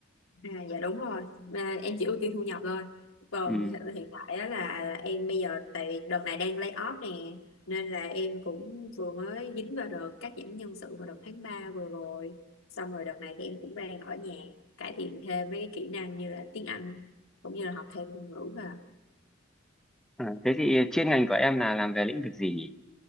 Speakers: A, on the left; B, in the centre.
A: À, dạ đúng rồi à, em chỉ ưu tiên thu nhập thôi còn
B: Ừ.
A: hi- hiện tại á là em bây giờ tại vì đợt này đang lay off nè nên là em cũng vừa mới dính vào đợt cắt giảm nhân sự vào đợt tháng 3 vừa rồi xong rồi đợt này thì em cũng đang ở nhà cải thiện thêm mấy cái kỹ năng như là tiếng Anh cũng như là học thêm ngôn ngữ và
B: À, thế thì chuyên ngành của em là làm về lĩnh vực gì nhỉ?